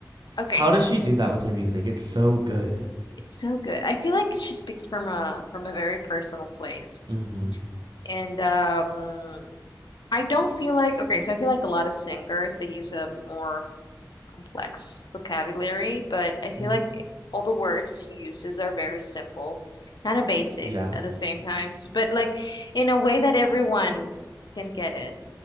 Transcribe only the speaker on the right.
How does she do that with her music? It's so good.
Mm-hmm.
Mm-hmm.
Yeah,